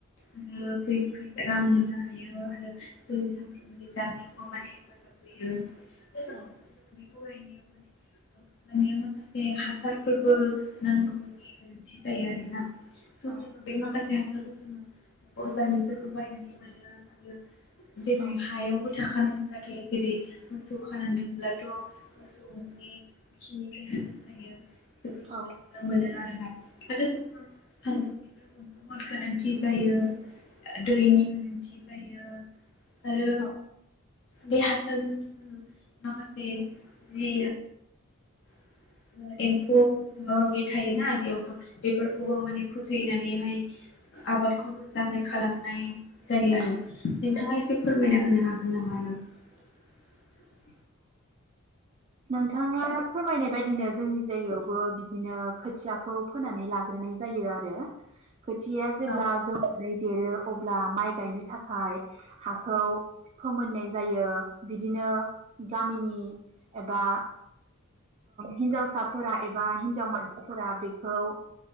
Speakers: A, on the left (about 60°); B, on the right (about 30°).
A: आरो फैसा रां मोननो हायो आरो जों सानफ्रोमबोनि जानायावबो माने हेफाजाब होयो। <inaudible> <unintelligible>
B: औ
A: माने माने माखासे हासारफोरबो नांगौनि गोनांथि जायो आरोना। स
B: औ
A: जोङो बे माखासे हा सारखौ जोङो बजारनिफ्रायबो बायनानै मोनो आरो जोङो
B: औ
A: हायावबो थाखानाय <unintelligible> जेरै मोसौ खानानै दोनब्लाथ मोसौनि खिनि फ्राय हासार जायो बेफोरखौबो
B: औ
A: नुनो मोनो आरोना आरो जोङो सान्दुं <unintelligible> बहुद गोनांथि जायो दैनि गोनांथि जायो आरो
B: औ
A: बे हासारजोंनो जोङो माखासे जि <unintelligible> एम्फौ माबा माबि थायोना बेयावथ' बेफोरखौबो माने फोथैनानैहाय आबाद खौ मोजाङै खालामनाय जायो आरो नोंथाङा एसे फोरमायना होनो हागोन <unintelligible> <unintelligible>
B: नोंथाङा फोरमायनाय बायदिनो जोंनि जायगायावबो बिदिनो खोथियाखौ फोनानै लाग्रोनाय जायो आरो खोथिया जेब्ला
A: औ नोंथां औ
B: जौनानै देरो अब्ला माइ गायनो थाखाय हाखौ फोमोननाय जायो बिदिनो गामिनि एबा हिन्जावसाफोरा एबा हिन्जाव मानसिफोरा बेखौ